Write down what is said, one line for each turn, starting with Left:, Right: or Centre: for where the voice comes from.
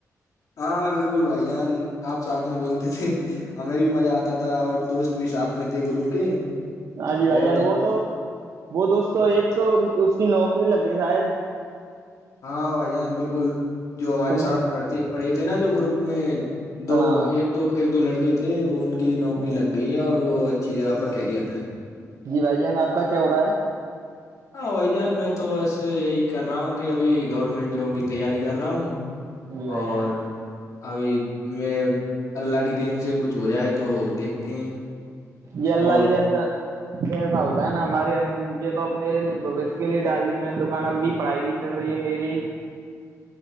Left: ہاں بالکل بھائی جان آپ ساتھ میں ڈولتے تھے ہمیں بھی مزہ آتا تھا اور دوست بھی ساتھ میں تھے گروپ کے
Right: ہاں جی بھائی
Left: بہتچھ
Right: جان وہ تو وہ دوستوں ایک تو اس کی نوکری لگ گئی شاید
Left: ہاں بھائی جان بالکل جو ہمارے
Right: سمت
Left: ساتھ پڑھتے پڑھے تھے نا جو گروپ میں دو
Right: ہاں
Left: ایک دو ایک دو لڑکےے تھے وہ ان کی نوکری
Right: ہ
Left: لگ گئی ہیں اور وہ اچھی جگہ پر خرییات ہیں
Right: جی بھائی جان آپ کا کیا ہو رہا ہے
Left: ہاں بھائی جان میں تو بس یہی کر رہا ہوں کہ ابھی گورنمنٹ جاب کی تیاری کر رہا ہوں
Right: جی بھائی
Left: اور
Right: جان
Left: ابھی میں اللہ کے دین سے کچھ ہو جائے تو دیکھتے ہیں
Right: یہلہ
Left: اور
Right: انا ایسا ہوتا ہے نا ہمارے ہم یہ تو اپنے بوشیہ کے لیے ڈال دی میں نے دکان اب بھی پڑھائی ہوئی چل رہی ہے میری